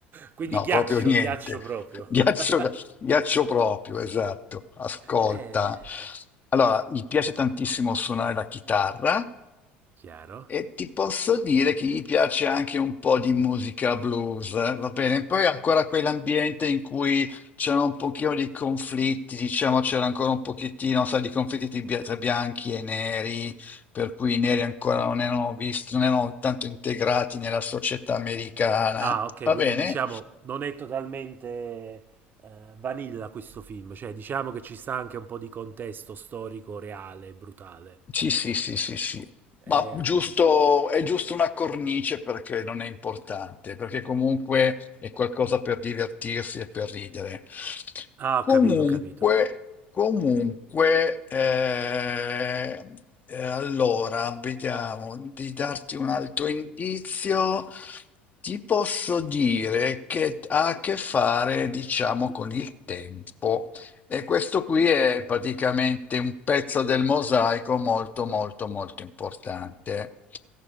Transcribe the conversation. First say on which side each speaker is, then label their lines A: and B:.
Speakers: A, on the right; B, on the left.
A: Quindi
B: No,
A: ghiaccio,
B: proprio niente.
A: ghiaccio proprio.
B: Ghiaccio
A: <laughs>
B: Ghiaccio proprio, esatto. Ascolta.
A: Eh,
B: Allora, gli piace tantissimo suonare la chitarra
A: chiaro.
B: e ti posso dire che gli piace anche un po' di musica blues, eh, va bene? Poi ancora quell'ambiente in cui c'erano un pochino di conflitti, diciamo c'era ancora un pochettino, sai, di conflitti di bia- tra bianchi e neri, per cui i neri ancora non erano visti, non erano tanto integrati nella società americana,
A: Ah, ok,
B: va
A: quindi
B: bene?
A: diciamo non è totalmente eh, vanilla questo film, cioè diciamo che ci sta anche un po' di contesto storico reale e brutale.
B: Sì, sì, sì, sì, sì.
A: Eh,
B: Ma giusto,
A: ho capito.
B: è giusto una cornice perché non è importante, perché comunque è qualcosa per divertirsi e per ridere.
A: Ah, ho
B: Comunque,
A: capito, ho capito.
B: comunque, eh, eh, allora, vediamo di darti un altro indizio. Ti posso dire che ha a che fare, diciamo, con il tempo. E questo qui è praticamente un pezzo del mosaico molto molto molto importante.